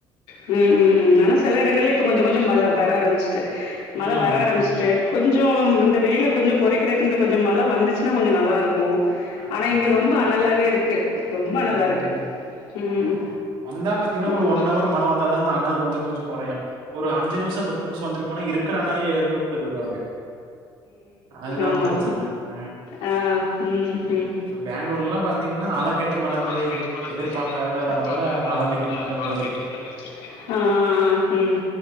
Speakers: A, on the left; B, on the right.
A: ம் ம் ம் ஆனா செல எடங்கள்ல இப்ப கொஞ்ச கொஞ்சொ மழ வர ஆரம்பிச்சுட்டு மழ
B: ம்
A: வர ஆரம்பிச்சுட்டு
B: ம்
A: கொஞ்சொம் இந்த வெயில கொஞ்சொ கொறை பிரேக்ன்ட்டு கொஞ்ச மழ வந்துச்சுன்னா கொஞ்சோ நல்லாருக்கு
B: ஆ-
A: ஆனா
B: ஆமா
A: இங்க ரொம்ப அனலாவே இருக்கு ரொம்ப அனலா
B: ம்
A: இருக்கு ம்
B: ஆமா.
A: ம்
B: வந்தா பாத்தீங்கன்னா,
A: ம்ம்
B: ஒரு
A: ம்ம்ம
B: ஹவர் மழை வந்தா தான் அந்த அனல் வந்து கொஞ்சம் குறையும். ஒரு நிமிஷம், நிமிஷம் வந்துட்டு போனா இருக்கிற அனலே எழுப்பி விட்டு போயிடும் அது. அதுதான்
A: ஆமா
B: பிரச்சனை. அ
A: ஆ ம்
B: இப்ப
A: ம்
B: பெங்களூர்லலாம் பாத்தீங்கன்னா, ஆலங்கட்டி
A: என்ன
B: மழை பெய்யுது.
A: ஆலங்கட்டி மழ
B: எதிர்பார்க்காத
A: பெய்து எதிர்பாக்காத
B: அளவுல ஆலங்கட்டி
A: அளவுல
B: மழை பெஞ்சிருக்கு.
A: ஆலங்கட்டி மழ பேஞ்சிருக்கு ஆ ஆ ஆன் ம்